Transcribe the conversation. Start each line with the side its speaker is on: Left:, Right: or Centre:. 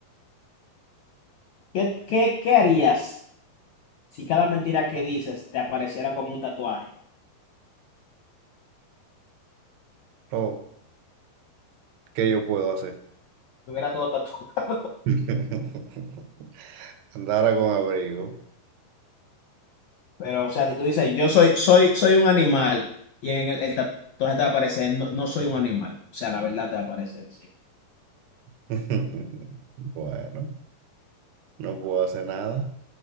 Left: ¿Qué, qué, qué harías si cada mentira que dices te apareciera como un tatuaje?
Right: Oh, ¿qué yo puedo hacer?
Left: Tuviera todo tatuado.
Right: <laughs> Andara con abrigo.
Left: Pero, o sea, si tú dices, yo soy, soy, soy un animal y en el, el tatuaje te va a aparecer, no, no soy un animal. O sea, la verdad te va a aparecer, sí.
Right: <laughs> Bueno, no puedo hacer nada.